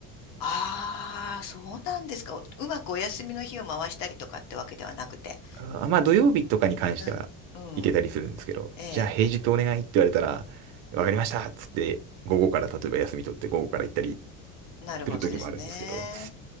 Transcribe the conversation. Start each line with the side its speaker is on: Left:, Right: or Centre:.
Left: ああ、そうなんですか。うまくお休みの日を回したりとかってわけではなくて。
Right: あまあ土曜日とかに関しては行けたりするんですけど、
Left: うん、うん。ええ、
Right: じゃあ平日お願いって言われたら、わかりましたっつって、午後から例えば休み取って午後から行ったり
Left: なるほどですね。
Right: する時もあるんですけど、